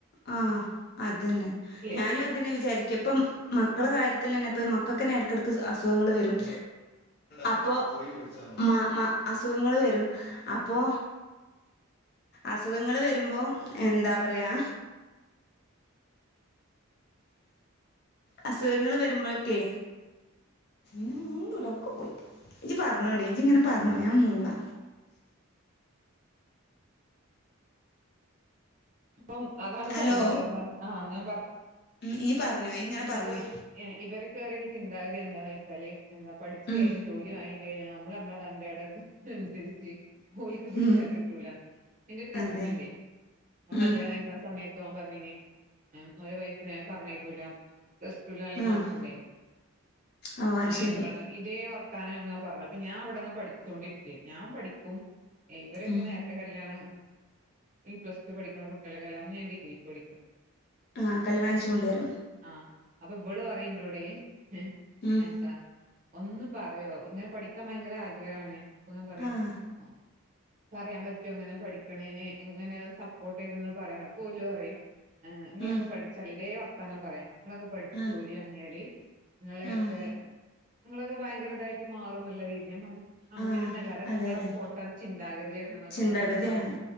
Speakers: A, on the left; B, on the right.
A: ആ അതന്നെ ഞാനും
B: ഇതില്
A: അതന്നെ വിചാരിക്കിപ്പം മക്കളെ കാര്യത്തിൽ തന്നെ ഇപ്പ മക്ക ക്കന്നെ ഇടക്കിടക്ക് അസുഖങ്ങൾ വരും അപ്പോ മ മ അസുഖങ്ങള് വരും അപ്പോ അസുഖങ്ങള് വരുമ്പോ എന്താ പറയാ അസുഖങ്ങള് വരുമ്പോഴൊക്കെ ഞാൻ മുണ്ടൂല ഒക്കെ പോയി ഇജ്ജ്പറഞ്ഞോടി ഇജ്ജ് ഇങ്ങനെ പറഞ്ഞോടി ഞാൻ ഇങ്ങനെ മൂളാ.
B: അപ്പം അതാണ്
A: ഹലോ
B: പറയുന്നത് എല്ലാം ആ ഞാൻ പറഞ്ഞ
A: ഉം പറഞ്ഞോ ഇയ്യ് ഇങ്ങനെ പറഞ്ഞോ
B: അപ്പൊ ഇവർക്ക <unintelligible> ചിന്ത ഗതാഗതി എന്താന്ന് വെച്ചാല് എന്താ പഠിച്ചു
A: ഉം
B: കഴിഞ്ഞ് ജോലി വ ഴിഞ്ഞാ നമ്മള് നമ്മളെ തന്റെടം അനുസരിച്ച് ഓല്ക്ക് പിടിച്ചാ
A: ഉം
B: കിട്ടൂലാന്ന് എന്റെ ഒരു കസിനുണ്ടേ
A: അതെ
B: അവൻ
A: ഉം
B: കല്യാണം കഴിക്കുന്ന സമയത് ഓൻ പറഞ്ഞിനി ഓന്റെ വൈഫിനെ പറഞ്ഞയക്കൂല പ്ലസ് ടു വിന് നല്ല
A: ആഹ്
B: മാർക്കിണ്ടെ
A: ഓ അത്
B: ആ
A: ശരി
B: ഇങ്ങള് ഇതേ വ ർത്താനം ങ്ങനെ പറഞ്ഞപ്പോ ഞാൻ അവിടങ്ങനെ പടിച്ചോണ്ടിരിക്കാനി ഞാൻ പഠിക്കും ഇവരൊക്കെ
A: ഉം
B: നേരത്തെ കല്യാണം ഈ പ്ലസ് ടു പഠിക്കണ കുട്ടികളെല്ലാന്ന് ഞാൻ ഡിഗ്രിക്ക് പഠിക്കണം
A: ആ കല്യണം കഴിച്ചു കൊണ്ടുവരും
B: ആ അപ്പൊ ഇവളു പറിയും ന്റോടെ ഹെ
A: ഉം
B: എന്താ ഒന്ന് പറയോ ഇങ്ങനെ പഠിക്കാൻ ഭയങ്കര ആഗ്രഹാണെ അപ്പൊ ങ്ങെനെ പറിം
A: ആഹ്
B: അ പറയാൻ പറ്റോങ്ങനെ പഠിക്കണേന് ഇങ്ങനെ സപ്പോട്ടെയ്ത് ന്ന് പറയണം. അപ്പോല് റിം നിങ്ങളൊക്കെ
A: ഉം
B: പഠിച്ചൽ ഇതേ വർ താന പറയാ ങ്ങളൊക്കെ പഠിച്
A: ആഹ്
B: ജോലിയാങ്ങിയാല് ങ്ങളെത്തെ
A: ആഹ്
B: ങ്ങളൊക്കെ ഭയങ്കരതായിട്ട് മാറുന്നുള്ള രീതിയ ൻ പർഞ് അങ്ങനെന്നല്ല
A: ആഹ്
B: അതൊക്കെ
A: അതെ
B: നങ്ങളെ
A: അതെ
B: പൊട്ടൻ ചിന്താഗതിയാണ് ന്നൊക്കെ
A: ചിന്താഗതിയാണ്
B: പറഞ്ഞാണ്ട് പർനത്.